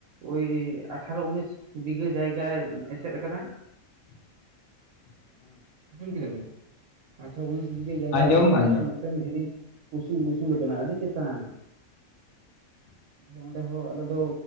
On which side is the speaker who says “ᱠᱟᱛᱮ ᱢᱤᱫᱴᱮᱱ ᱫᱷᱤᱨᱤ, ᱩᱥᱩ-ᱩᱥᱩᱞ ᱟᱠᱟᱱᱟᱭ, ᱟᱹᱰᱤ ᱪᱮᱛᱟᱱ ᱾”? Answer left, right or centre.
Right